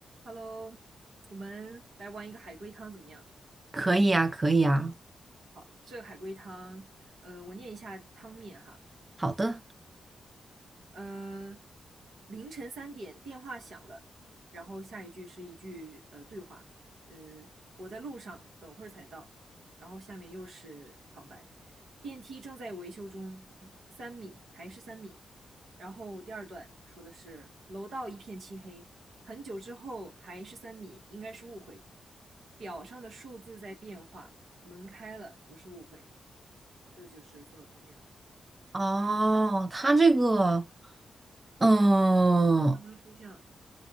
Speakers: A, on the right; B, on the right.
A: Hello，我们来玩一个海龟汤怎么样？
B: 可以呀，可以呀。
A: 好，这个海龟汤，呃，我念一下汤面哈。
B: 好的。
A: 嗯，凌晨三点电话响了，然后下一句是一句呃对话，嗯，我在路上，等会儿才到。然后下面又是旁白，电梯正在维修中，三米还是三米。然后第二段说的是楼道一片漆黑，很久之后还是三米，应该是误会。表上的数字在变化，门开了不是误会，这就是所有汤面了。
B: 哦，它这个，嗯，
A: 刚刚抽象，